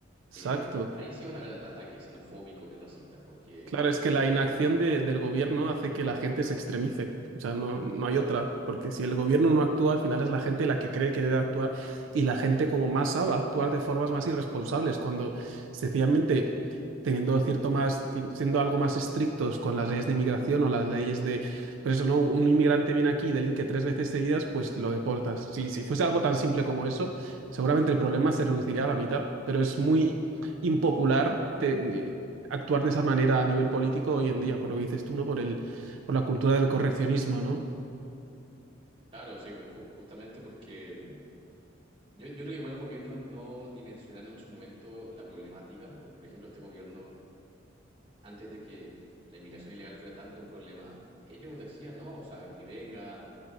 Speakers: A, on the right; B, on the right.
A: exacto.
B: eh, ahí sí van a haber ata- ataques xenofóbicos y racistas, porque,
A: Claro, es que la inacción de- del gobierno hace que la gente se extremice. O sea, no, no
B: claro,
A: hay otra. Porque si el gobierno no actúa, al final es la gente la que cree que debe actuar. Y la gente como masa va a actuar de formas más irresponsables. Cuando sencillamente teniendo cierto más, ti- siendo algo más estrictos con las leyes de inmigración o las leyes de, pues eso, ¿no? Un inmigrante viene aquí y delinque tres veces seguidas, pues lo deportas. Si, si fuese algo tan simple como eso, seguramente el problema se reduciría a la mitad. Pero es muy impopular. te- actuar de esa manera a nivel político hoy en día, por lo que dices tú, ¿no? Por el, por la cultura del correccionismo, ¿no?
B: claro, sí, que ju- justamente porque... mm, Yo, yo creo que igual los gobiernos no dimensionaron en su momento la problemática, porque, por ejemplo, este gobierno... antes de que la inmigración ilegal fuera tanto un problema, ellos decían, no, o sea, que vengan,